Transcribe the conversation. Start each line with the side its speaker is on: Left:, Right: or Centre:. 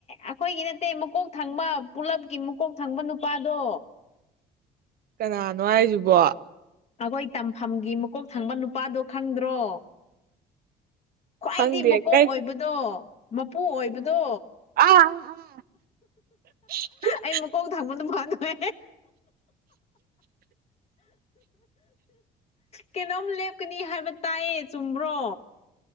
Left: ꯑꯩꯈꯣꯏꯒꯤ ꯅꯠꯇꯦ ꯃꯀꯣꯛ ꯊꯪꯕ ꯄꯨꯂꯞꯀꯤ ꯃꯀꯣꯛ ꯊꯪꯕ ꯅꯨꯄꯥꯗꯣ
Right: ꯀꯅꯥꯅꯣ ꯍꯥꯏꯁꯤꯕꯣ
Left: ꯑꯩꯈꯣꯏ ꯇꯝꯐꯝꯒꯤ ꯃꯀꯣꯛ ꯊꯪꯕ ꯅꯨꯄꯥꯗꯣ ꯈꯪꯗ꯭ꯔꯣ ꯈ꯭ꯋꯥꯏꯗꯤ
Right: ꯈꯪꯗꯦ
Left: ꯃꯀꯣꯛ
Right: ꯀꯩ
Left: ꯑꯣꯏꯕꯗꯣ ꯃꯄꯨ ꯑꯣꯏꯕꯗꯣ
Right: ꯑ <inaudible>
Left: ꯑꯩ ꯃꯀꯣꯛ ꯊꯪꯕ ꯅꯨꯄꯥꯗꯨꯅꯦ ꯀꯩꯅꯣꯝ ꯂꯦꯞꯀꯅꯤ ꯍꯥꯏꯕ ꯇꯥꯏꯌꯦ ꯆꯨꯝꯕ꯭ꯔꯣ